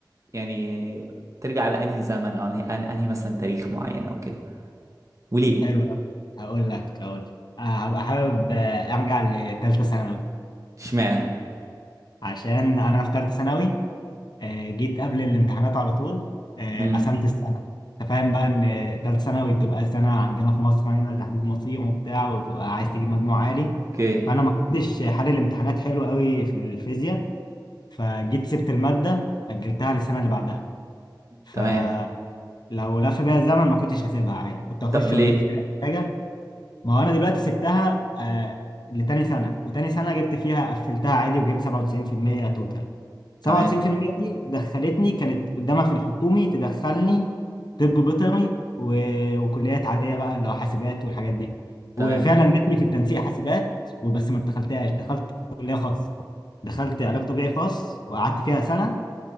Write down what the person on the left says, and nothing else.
حلو قوي هقول لك هقول لك آه هبقى حابب آه، ارجع لثالثه ثانوي
عشان انا في ثالثه ثانوي آه، جيت قبل الامتحانات على طول آه،
قسمت السنه انت فاهم بقى ان ثالثه ثانوي بتبقى سنه عندنا في مصر هنا تحديد مصير وبتاع وبتبقى عايز تجيب مجموع عالي
فانا ما كنتش حل الامتحانات حلو قوي في الفيزياء فجيت سبت الماده اجلتها للسنه اللي بعدها فلو
لف بيا الزمن ما كنتش هسيبها عادي كنت اخش
واجيب فيها حاجه ما هو انا دلوقتي سبتها آه لتاني سنه وتاني سنه جبت فيها قفلتها عادي وجبت 97% توتال 97%
دي دخلتني كانت قدامها في الحكومي تدخلني طب بيطري و- وكليات عاديه بقى اللي هو حاسبات والحاجات دي
وفعلا جات لي في التنسيق حاسبات وبس ما دخلتهاش دخلت كليه خاص دخلت علاج طبيعي خاص وقعدت فيها سنه